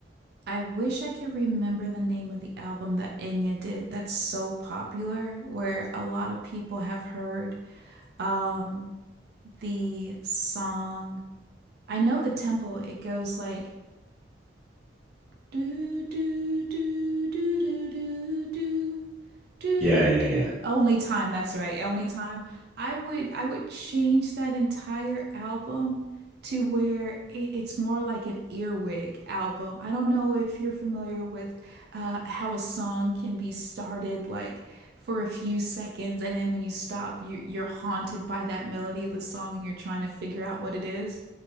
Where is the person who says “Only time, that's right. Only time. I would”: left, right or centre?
Right